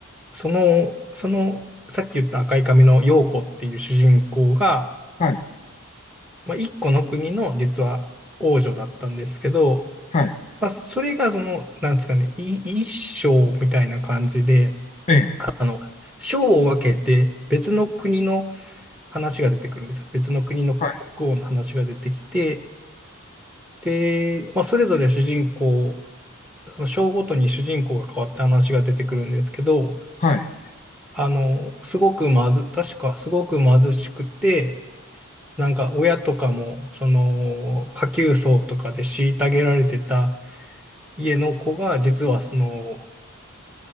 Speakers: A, in the centre; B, on the left.
A: その、その、さっき言った赤い髪の陽子っていう主人公が、
B: はい、
A: まあ、一個の国の実は王女だったんですけど、
B: はい、
A: まあ、それがその、なんですかね、い一章みたいな感じで、
B: ええ、
A: あの、章を分けて別の国の話が出てくるんですよ。別の国の国王の話が出てきて、
B: はい、
A: で、まあ、それぞれ主人公、その章ごとに主人公が変わった話が出てくるんですけど、
B: はい、
A: あの、すごくまず、確かすごく貧しくて、なんか親とかも、その、下級層とかで虐げられてた家の子が、実はその、